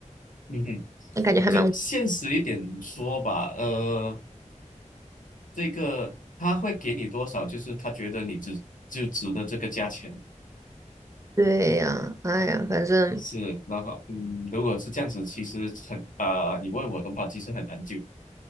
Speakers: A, on the left (about 80°); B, on the right (about 25°).
A: 嗯哼，
B: 那感觉还蛮
A: 就现实一点说吧，呃。这个他会给你多少？就是他觉得你值就值得这个价钱
B: 对呀，哎呀，反正
A: 是，然后嗯，如果是这样子，其实很啊、你问我的话，其实很难就，